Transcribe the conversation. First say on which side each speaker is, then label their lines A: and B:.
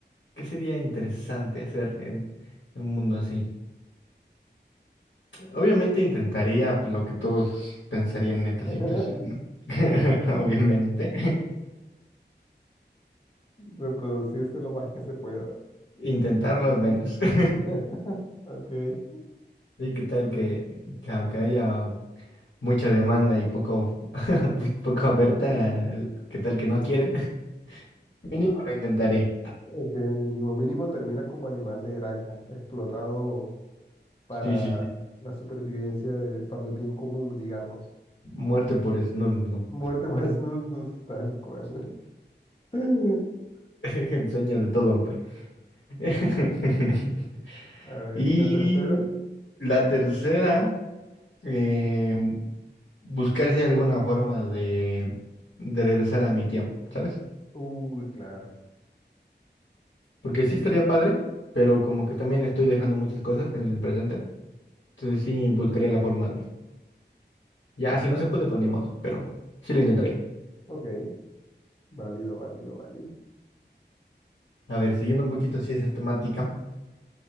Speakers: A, on the left; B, on the left.
A: ¿qué sería interesante hacer en un mundo así? Obviamente intentaría pues, lo que todos pensarían en esta
B: <laughs>
A: situación, ¿no? <laughs> Obviamente.
B: Reproducirse lo más que se pueda.
A: Intentarlo al menos. <laughs>
B: <laughs> Ok.
A: Sí, qué tal que, que aunque haya mucha demanda y poco, <laughs> poco oferta, al- qué tal que no quieren. <laughs> Mínimo lo intentaría.
B: Ok, mínimo. Mínimo terminas como animal de granja, explotado para
A: Sí, sí, sí.
B: la supervivencia, de- para el bien común, digamos.
A: Muerte por snus, no.
B: Muerte por snus, tal cual. <laughs>
A: <laughs> El sueño de todo hombre. <laughs>
B: A ver,
A: Y
B: ¿y la tercera?
A: la tercera. eh, buscar si hay alguna forma de, de regresar a mi tiempo, ¿sabes?
B: Uy, claro.
A: Porque sí estaría padre, pero como que también estoy dejando muchas cosas en el presente. Entonces sí buscaría la forma de... Ya, si no se puede, pues ni modo, pero sí lo intentaría.
B: Ok, válido, válido, válido.
A: A ver, siguiendo un poquito así esa temática,